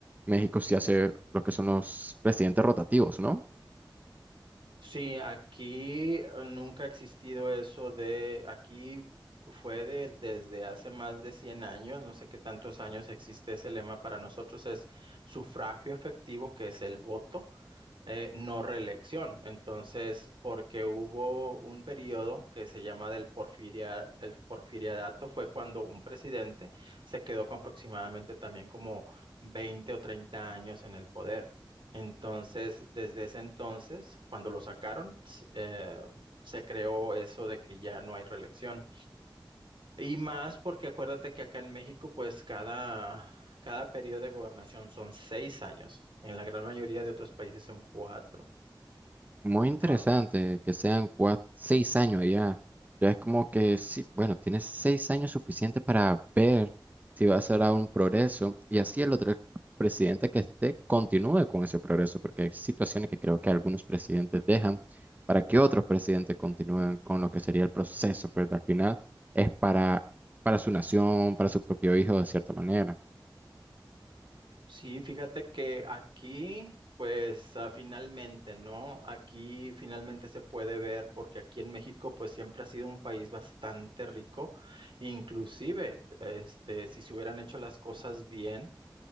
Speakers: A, on the right (about 20°); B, on the right (about 80°).
A: México sí hace lo que son los presidentes rotativos, ¿no?
B: Sí, aquí eh, nunca ha existido eso de, aquí fue de- desde hace más de cien años, no sé qué tantos años existe ese lema para nosotros, es sufragio efectivo, que es el voto. eh, no reelección. Entonces, porque hubo un periodo que se llama del porfiria, el porfiriadato, fue cuando un presidente se quedó con aproximadamente también como 20 o 30 años en el poder. Entonces, desde ese entonces, cuando lo sacaron, s- eh, se creó eso de que ya no hay reelección. Y más porque acuérdate que acá en México, pues cada, cada periodo de gobernación son seis años. En la gran mayoría de otros países son cuatro.
A: Muy
B: Entonces,
A: interesante que sean cuat- seis años allá. Ya es como que, sí, bueno, tienes seis años suficientes para ver si va a ser un progreso y así el otro presidente que esté continúe con ese progreso, porque hay situaciones que creo que algunos presidentes dejan para que otros presidentes continúen con lo que sería el proceso, pero al final es para, para su nación, para su propio hijo, de cierta manera.
B: sí, fíjate que aquí, pues ah, finalmente, ¿no? Aquí finalmente se puede ver porque aquí en México, pues siempre ha sido un país bastante rico. Inclusive, este, si se hubieran hecho las cosas bien,